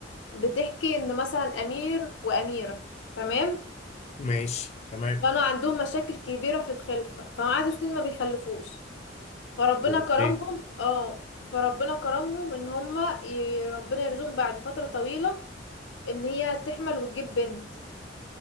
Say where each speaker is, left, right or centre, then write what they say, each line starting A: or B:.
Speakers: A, on the left (about 85°); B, on the left (about 35°).
A: بتحكي ان مثلا امير واميره تمام
B: ماشي تمام
A: كانوا عندهم مشاكل كبيره في الخلفه فقعدوا سنين ما بيخلفوش فربنا
B: وبعدين
A: كرمهم اه فربنا كرمهم ان هما ي- ربنا يرزقهم بعد فتره طويله ان هي تحمل وتجيب بنت